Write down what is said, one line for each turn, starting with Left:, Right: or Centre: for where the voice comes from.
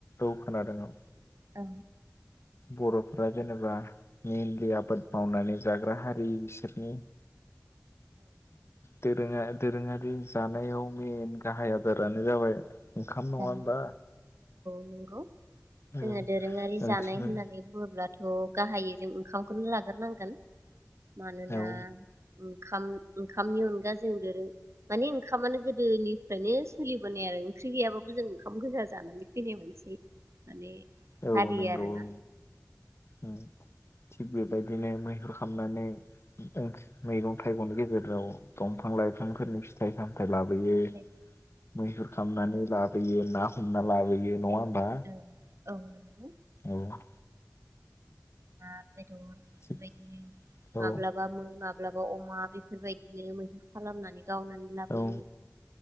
Left: औ खोनादों औ
Right: औ
Left: बर'फोरा जेनेबा मेइनलि आबाद मावनानै जाग्रा हारि बिसोरनि दोरोङा दोरोङारि जानायाव मेन गाहाय आदारानो जाबाय ओंखाम नङा
Right: औ
Left: होमबा
Right: नंगौ।
Left: औ
Right: जोङो दोरोङारि
Left: ओंख्रिफोर
Right: जानाय होननानै बुङोब्ला थ' गाहायै जों ओंखामखौनो लाग्रोनांगोन। मानोना
Left: औ
Right: ओ ओंखाम ओंखामनि अनगा जों देरो माने ओंखामानो गोदोनिफ्रायनो सोलिबोनाय आरो ओंख्रि गैया जों ओंखाम गोजा जानानै फैनाय मानसि माने
Left: औ
Right: हारि
Left: नोंगौ
Right: आरोना
Left: औ। उम। थिग बेबायदिनो मैहुर खालामनानै मैगं थाइगंनि गेजेर गाव दंफां लाइफांफोरनि फिथाइ सामथाय लाबोयो
Right: औ
Left: मैहुर खालामनानै लाबो लाबोयो ना हमना लाबोयो नङा होमबा।
Right: औ औ नंगौ
Left: औ।
Right: ना बेदर
Left: थिग
Right: बायदि
Left: औ
Right: माब्लाबा मै माब ब्लाबा अमा बेफोरबायदिनो मैहुर खालामनानै गावनानै लाबोयो।
Left: औ